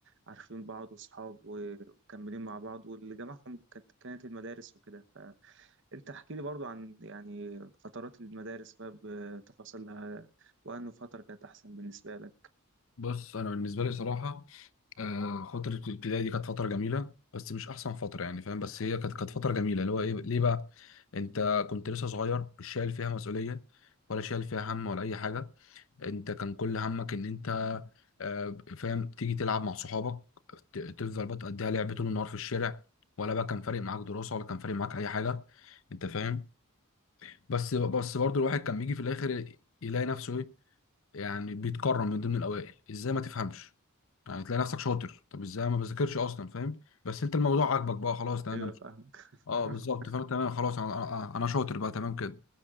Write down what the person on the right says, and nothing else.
عارفين بعض وصحاب ومكملين مع بعض واللي جمعهم كانت كانت المدارس وكده فأنت احكي لي برضو عن يعني فترات المدارس بقى بتفاصيلها وأنه فترة كانت أحسن بالنسبة لك
أيوة
فاهمك <laughs>